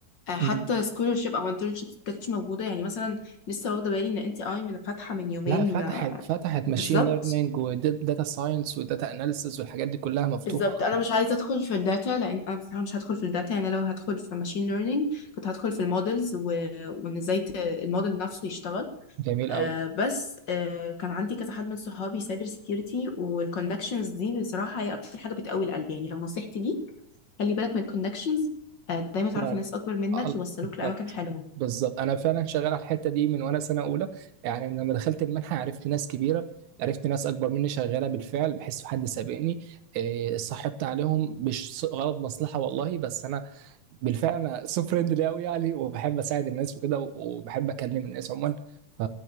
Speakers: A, on the left (about 55°); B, on the right (about 75°).
A: حتى
B: أمم.
A: سكولرشيب او انترنشيب ما كانتش موجوده يعني مثلا لسه واخده بالي ان انت اي من فاتحه من يومين
B: لا فتحت
A: آه،
B: فتحت
A: بالظبط
B: ماشين ليرنينج وداتا ساينس وداتا اناليسز والحاجات دي كلها مفتوحه
A: بالظبط
B: اكتر
A: انا مش عايزه ادخل في الداتا لان انا بصراحه مش هدخل في الداتا يعني لو هدخل في ماشين ليرنينج كنت هدخل في المودلز و... وان ازاي ت- الموديل نفسه يشتغل
B: جميل
A: آه
B: قوي
A: بس آه كان عندي كذا حد من صحابي سايبر سكيورتي والكونكشنز دي بصراحه هي اكتر حاجه بتقوي القلب يعني لو نصيحتي ليك خلي بالك من الكونكشنز آه دايما تعرف
B: فعلا
A: ناس اكبر منك
B: آه،
A: يوصلوك
B: بالظبط
A: لاماكن حلوه
B: بالظبط انا فعلا شغال على الحته دي من وانا سنه اولى يعني من لما دخلت المنحه عرفت ناس كبيره عرفت ناس اكبر مني شغاله بالفعل بحس حد سابقني إيه، صاحبت عليهم مش غرض مصلحه والله بس انا بالفعل انا سو فريندلي قوي يعني وبحب اساعد الناس وكده وبحب اكلم الناس عموما ف